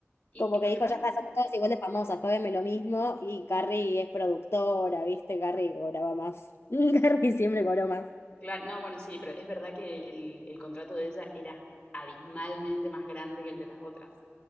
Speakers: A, on the left (about 20°); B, on the left (about 60°).
A: Y
B: Como que
A: lo
B: dijo,
A: que pasa,
B: ya está, somos todas igual de famosas, págame lo mismo. Y Carrie es productora, ¿viste? Carrie cobraba más. <laughs> Carrie siempre cobró más.
A: claro, no, bueno, sí, pero es verdad que el, el contrato de ella era abismalmente más grande que el de las otras.